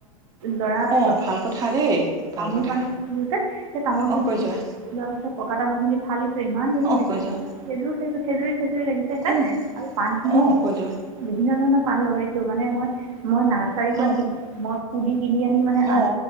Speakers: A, on the right; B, on the right.
A: লৰা এটা
B: অ
A: গছ
B: ভাল কথা দেই ভাল
A: তামোল
B: কথা
A: পানি দিছিলো যে সেই তামোল
B: অ
A: খিনি
B: কৈ যোৱা
A: লোৱা পিছত পকা তামোল খিনি ফালিছো ইমান ধুনীয়া
B: অ
A: লাগিছে।
B: কৈ যোৱা
A: সেইযোৰ সেইৰ সেইটো লাগিছে হ
B: অ
A: আৰু পান খিনি
B: অ
A: যে
B: কৈ যোৱা
A: বিভিন্ন ধৰণৰ পান লগাই মানে মই মই নাৰ্চাৰীৰ পৰা
B: অ
A: মই পুুলি কিনি আনি মানে
B: অ
A: আনি